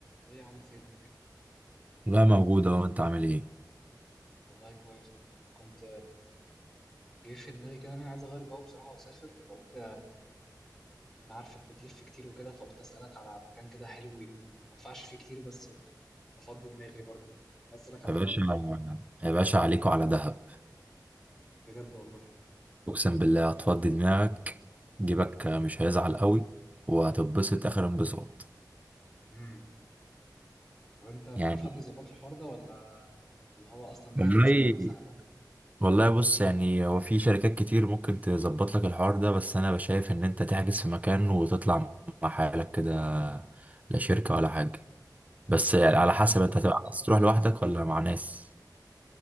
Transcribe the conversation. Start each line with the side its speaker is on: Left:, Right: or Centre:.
Centre: ايه يا عم فينك
Right: لا موجودة وانت عامل ايه
Centre: والله كويس والله انا كنت جه في دماغي كده ان انا عايز اغير جو بصراحه واسافر فقلت انا عارفك بتلف كتير وكده فقلت اسالك على مكان كده حلو يكون ما ادفعش فيه كتير بس افضي دماغي برضه عايز اسالك على
Right: يا
Centre: الحوار
Right: باشا
Centre: ده
Right: يا باشا عليكوا على دهب
Centre: بجد والله
Right: اقسم بالله هتفضي دماغك جيبك مش هيزعل قوي وهتتبسط اخر انبساط
Centre: امم طب انت تعرف
Right: يعني
Centre: حد يظبط لي الحوار ده ولا اللي هو اصلا دهب
Right: والله
Centre: قشطه سهله
Right: والله بص يعني هو في شركات كتير ممكن تظبط لك الحوار ده بس انا بشايف ان انت تحجز في مكان وتطلع مع حالك كده لا شركة ولا حاجة بس يعني
Centre: امم
Right: على حسب انت هتبقى عايز تروح لوحدك ولا مع ناس